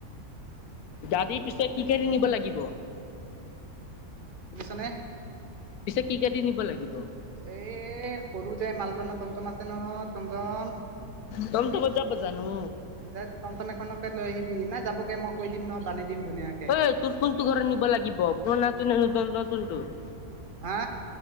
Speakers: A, on the left; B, on the right.
A: গাড়ী পিছে, কি গাড়ী নিব লাগিব।
B: শুনিছনে?
A: পিছে কি গাড়ী নিব লাগিব।
B: এ সৰু যে মালটানা টমটম আছে নহয়। টমটম।
A: টমটমত যাব জানো
B: দে টমটম এখনতে লৈ আহিবি, নাই যাবগে মই কৈ দিম ন বান্ধি দিম ধুনীয়াকৈ।
A: ঐ তোৰ কোনটো ঘৰত নিব লাগিব, পুৰণাটো নে নতুন তোৰ?
B: হা?